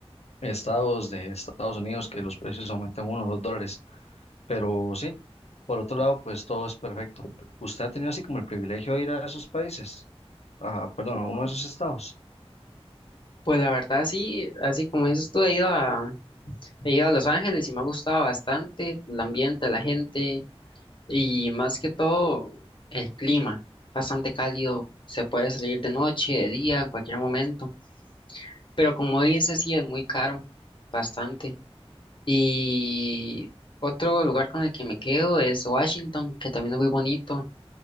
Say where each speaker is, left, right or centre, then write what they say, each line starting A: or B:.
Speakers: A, on the left; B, on the left.
A: estados de Estados Unidos que los precios aumentan uno o dos dólares. Pero sí, por otro lado, pues todo es perfecto. ¿Usted ha tenido así como el privilegio de ir a esos países? Ah, perdón, a uno de esos estados.
B: Pues la verdad sí, así como dices tú, he ido a, he ido a Los Ángeles y me ha gustado bastante el ambiente, la gente y más que todo el clima, bastante cálido, se puede salir de noche, de día, en cualquier momento. Pero como dices, sí es muy caro, bastante. Y otro lugar con el que me quedo es Washington, que también es muy bonito